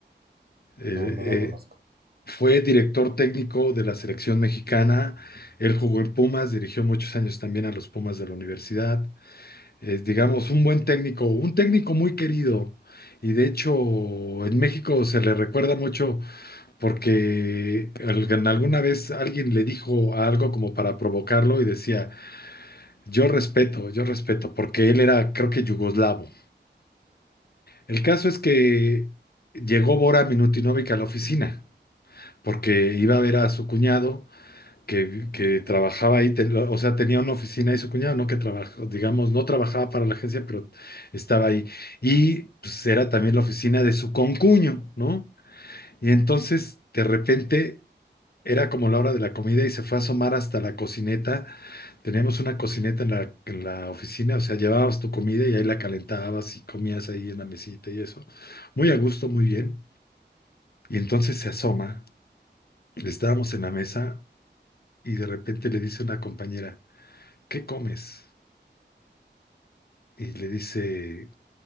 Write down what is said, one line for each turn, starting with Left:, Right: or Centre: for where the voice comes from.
Left: Eh,
Right: No, no lo conozco.
Left: eh, fue director técnico de la selección mexicana, él jugó en Pumas, dirigió muchos años también a los Pumas de la universidad. Es, digamos, un buen técnico, un técnico muy querido. Y de hecho, en México se le recuerda mucho porque al- alguna vez alguien le dijo algo como para provocarlo y decía, yo respeto, yo respeto, porque él era, creo que yugoslavo. El caso es que llegó Bora Minutinovic a la oficina, porque iba a ver a su cuñado que, que trabajaba ahí, ten- o sea, tenía una oficina y su cuñado no que trabajó, digamos, no trabajaba para la agencia, pero estaba ahí. Y pues era también la oficina de su concuño, ¿no? Y entonces, de repente, era como la hora de la comida y se fue a asomar hasta la cocineta Teníamos una cocineta en la, en la oficina, o sea, llevabas tu comida y ahí la calentabas y comías ahí en la mesita y eso. Muy a gusto, muy bien. Y entonces se asoma, estábamos en la mesa y de repente le dice una compañera, ¿qué comes? Y le dice,